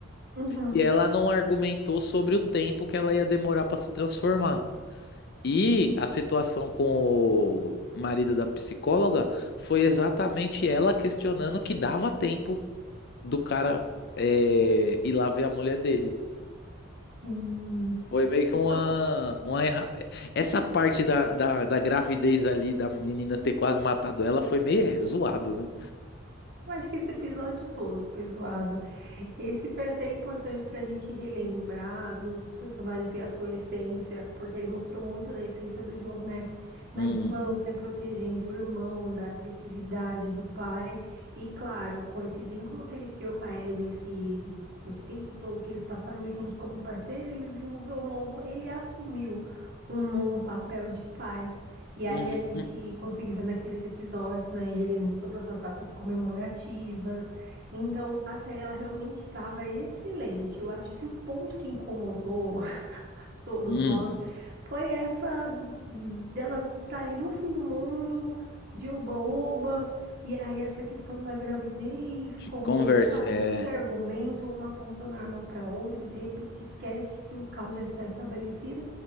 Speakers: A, on the right (about 50°); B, on the left (about 50°).
A: Uhum.
B: que ela não argumentou sobre o tempo que ela ia demorar para se transformar. E a situação com o marido da psicóloga foi exatamente ela questionando que dava tempo do cara é, ir lá ver a mulher dele.
A: Sim.
B: Foi meio que
A: E
B: uma,
A: fala,
B: uma erra- Essa parte da, da, da gravidez ali, da menina ter quase matado ela, foi meio é, zoado, né?
A: Eu acho que esse episódio todo foi zoado. Esse foi até importante para a gente relembrar dos personagens e a sua essência, porque ele mostrou muito da essência do John, né? Na
B: Hum,
A: infância, protegendo o irmão, da agressividade do pai. E claro, com esse vínculo que ele criou com a Ellie nesse, nesse tempo todo que eles passaram juntos como parceiro, ele desenvolveu um novo, ele assumiu um, um papel de pai. E
B: hum,
A: aí a gente
B: hum,
A: conseguiu ver naqueles episódios, né? Ele em todas as datas comemorativas. Então a série ela realmente estava excelente. Eu acho que o ponto que incomodou todos
B: hum.
A: nós, foi essa delas estarem no fim do mundo, de oba-oba, e aí essa questão da gravidez,
B: De
A: como,
B: conversa,
A: sabe,
B: é.
A: sem argumento, uma apontando a arma para outra e de repente esquece que o caos já está estabelecido